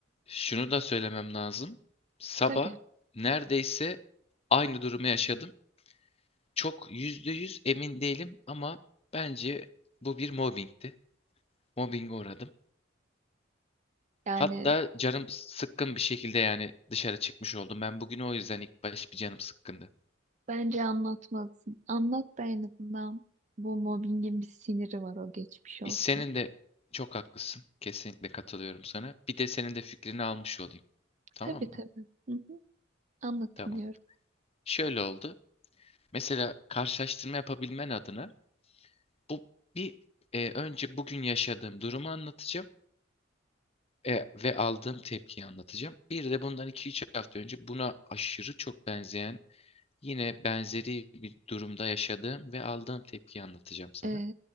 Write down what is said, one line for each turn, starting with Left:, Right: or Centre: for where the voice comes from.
Left: Şunu da söylemem lazım. Sabah
Right: Tabii.
Left: neredeyse aynı durumu yaşadım. Çok %100 emin değilim ama bence bu bir mobbingti. Mobbinge uğradım.
Right: Yani
Left: Hatta canım sıkkın bir şekilde yani dışarı çıkmış oldum. Ben bugün o yüzden ilk baş bir canım sıkkındı.
Right: bence anlatmalısın. Anlat da en azından bu mobbingin bir siniri var o geçmiş olsun.
Left: E, Senin de çok haklısın. Kesinlikle katılıyorum sana. Bir de senin de fikrini almış olayım. Tamam
Right: Tabii
Left: mı?
Right: tabii. Hı hı. Anlat
Left: Tamam.
Right: dinliyorum.
Left: Şöyle oldu. Mesela karşılaştırma yapabilmen adına Bu bir e, önce bugün yaşadığım durumu anlatacağım e, ve aldığım tepkiyi anlatacağım. Bir de bundan iki üç hafta önce buna aşırı çok benzeyen yine benzeri bir durumda yaşadığım ve aldığım tepkiyi anlatacağım sana.
Right: Ee,